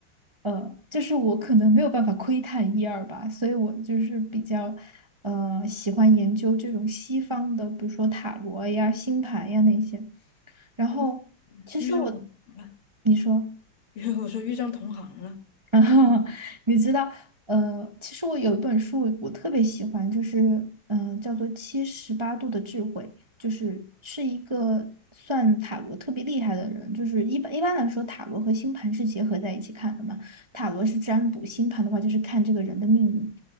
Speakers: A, on the right; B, on the left.
A: 呃，就是我可能没有办法窥探一二吧，所以我就是比较呃喜欢研究这种西方的，比如说塔罗呀、星盘呀那些，然后其实我，
B: 你遇上同行了，
A: 你说。
B: <laughs> 因为我说遇上同行了。
A: <laughs> 然后你知道，呃，其实我有一本书我特别喜欢，就是嗯、呃叫做《七十八度的智慧》，就是是一个算塔罗特别厉害的人，就是一般一般来说，塔罗和星盘是结合在一起看的嘛，塔罗是占卜，星盘的话就是看这个人的命运。